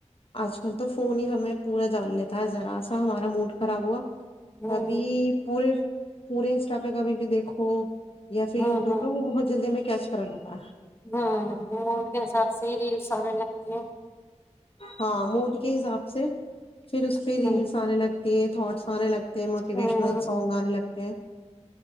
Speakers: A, on the left; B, on the left.
A: آج کل تو فون ہی ہمیں پورا جان لیتا ہے ذرا سا ہمارا موڈ خراب ہوا
B: ہوں
A: ابھی پورے پورے ان اسٹافے کابھی بھی دیکھو یا پھر
B: ہوں
A: یوٹیوبہ وہ بہت جلدی میں کیاش فرگ تھاا
B: ہاں ہ مونٹ کے حساب سے ہی ریلس آنے لگتی ہیں
A: ہاں موڈ کے حساب سے پھر اس پہ ریس
B: ہوں
A: آنے لگتے یہ تھوٹس سارے لگ موٹیویشنل
B: ہوں
A: سانگ آے لگتے ہیں